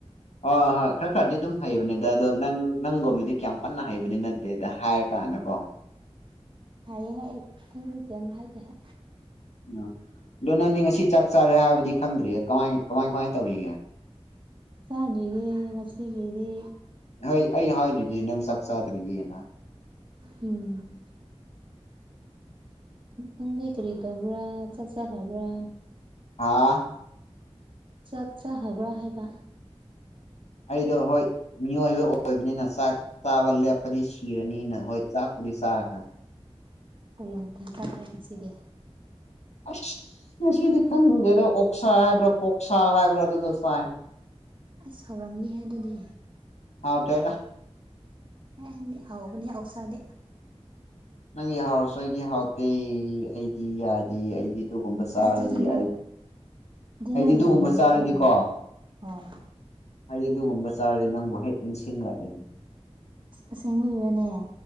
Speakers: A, on the left; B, on the right.
A: ꯍꯣꯏ ꯍꯣꯏ ꯈꯔ ꯈꯔꯗꯤ ꯑꯗꯨꯝ ꯍꯩꯕꯅꯤꯗ ꯑꯗꯣ ꯅꯪ ꯅꯪꯒꯨꯝꯅꯗꯤ ꯀꯌꯥꯝ ꯀꯟꯅ ꯍꯩꯕꯗꯤ ꯅꯠꯇꯦꯗ ꯍꯥꯏ ꯀꯥꯅꯀꯣ
B: ꯍꯥꯏꯑ ꯍꯥꯏꯑ ꯑꯩꯗꯤ ꯀꯩꯝ ꯍꯥꯏꯇꯦꯍꯦ꯫
A: ꯎꯝ ꯑꯗꯤ ꯅꯪꯗꯤ ꯉꯁꯤ ꯆꯥꯛ ꯆꯥꯔꯦ ꯍꯥꯏꯕꯗꯤ ꯈꯪꯗ꯭ꯔꯤꯌꯦ ꯀꯃꯥꯏ ꯀꯃꯥꯏ ꯀꯃꯥꯏ ꯇꯧꯔꯤꯒꯦ꯫ <inaudible>
B: ꯆꯥꯗ꯭ꯔꯤꯌꯦ ꯉꯁꯤꯒꯤꯗꯤ
A: ꯍꯥꯏ ꯑꯩ ꯍꯥꯏꯔꯤꯗꯤ ꯅꯪ ꯆꯥꯛ ꯆꯥꯗ꯭ꯔꯤꯌꯦꯅ꯫
B: ꯎꯝ ꯅꯪꯗꯤ ꯀꯔꯤ ꯇꯧꯕ꯭ꯔꯥ ꯆꯥꯛ ꯆꯥꯈꯕ꯭ꯔꯥ꯫
A: ꯑꯥ
B: ꯆꯥꯛ ꯆꯥꯈ꯭ꯔꯕꯔꯥ ꯍꯥꯏꯕ
A: ꯑꯩꯗꯣ ꯍꯣꯏ ꯃꯤꯑꯣꯏꯕ ꯑꯣꯏꯕꯅꯤꯅ ꯆꯥꯛ ꯆꯥꯕ ꯂꯦꯞꯄꯗꯤ ꯁꯤꯔꯅꯤꯅ ꯍꯣꯏ ꯆꯥꯛꯄꯨꯗꯤ ꯆꯥꯈ꯭ꯔꯦ꯫
B: ꯀꯔꯤ ꯃꯊꯦꯟ ꯆꯥꯈ꯭ꯔꯦ ꯉꯁꯤꯗꯤ꯫
A: ꯑꯁ ꯉꯁꯤꯗꯤ ꯈꯪꯗꯦꯗ ꯑꯣꯛꯁꯥ ꯍꯥꯏꯕ꯭ꯔꯥ ꯄꯣꯛꯁꯥ ꯍꯥꯏꯕ꯭ꯔꯥ ꯑꯗꯨꯗꯣ ꯆꯥꯏ꯫
B: ꯑꯁ ꯍꯥꯎꯔꯝꯅꯤꯍꯦ ꯑꯗꯨꯗꯤ꯫
A: ꯍꯥꯎꯇꯦꯗ꯫
B: ꯑꯦ ꯃꯤ ꯍꯥꯎꯕꯅꯦ ꯑꯣꯛꯁꯥꯗꯤ꯫
A: ꯅꯪꯒꯤ ꯍꯥꯎꯔꯁꯨ ꯑꯩꯗꯤ ꯍꯥꯎꯇꯦ ꯑꯩꯗꯤ ꯌꯥꯗꯦ ꯑꯩꯗꯤ ꯑꯗꯨꯒꯨꯝꯕ ꯆꯥꯔꯗꯤ
B: ꯑꯗꯨꯗꯤ ꯅꯪ
A: ꯑꯩ
B: ꯑꯗꯨꯗꯤ
A: ꯑꯩꯗꯤ
B: ꯅꯪꯗꯤ
A: ꯑꯗꯨꯒꯨꯝꯕ
B: ꯀꯔꯤꯒꯨꯝꯕ
A: ꯆꯥꯔꯗꯤꯀꯣ
B: ꯆꯥꯕ꯭ꯔꯥ ꯍꯣꯏ
A: ꯑꯩꯗꯤ ꯑꯗꯨꯒꯨꯝꯕ ꯆꯥꯔꯗꯤ ꯅꯪꯕꯨ ꯍꯦꯛ ꯅꯤꯡꯁꯤꯡꯔꯛꯑꯦ꯫
B: ꯑꯁꯦꯡꯕꯒꯤꯔꯥꯅꯦ꯫